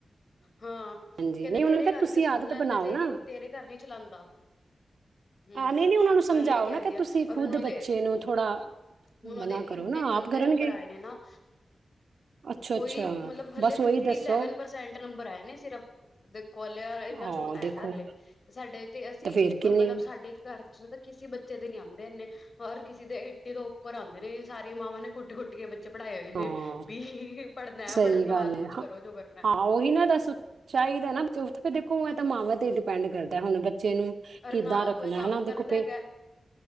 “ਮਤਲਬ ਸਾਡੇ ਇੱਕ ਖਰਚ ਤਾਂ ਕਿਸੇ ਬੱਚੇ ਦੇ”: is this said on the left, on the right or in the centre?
Left